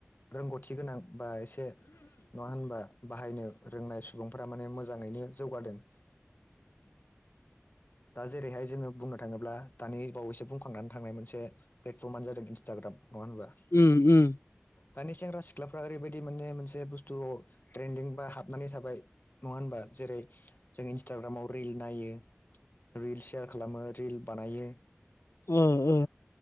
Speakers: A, on the left; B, on the left.
A: रोंगौथि गोनां बा एसे नङा होनबा बाहायनो रोंनाय सुबुंफोरा माने मोजाङैनो जौगादों। दा जेरैहाय जोङो बुंनो थाङोब्ला दानि बावैसो बुंखांनानै थांनाय मोनसे प्लेटफर्मआनो जादों इन्स्टाग्राम नङा होनबा?
B: उम उम।
A: दानि सेंग्रा सिख्लाफ्रा ओरैबायदि माने मोनसे बुस्थु ट्रेन्दिं बा हाबनानै थाबाय नङा होनबा जेरै जों इन्सटाग्रामाव रिल नायो रिल शेयार खालामो। रिल बानायो।
B: ओ ओ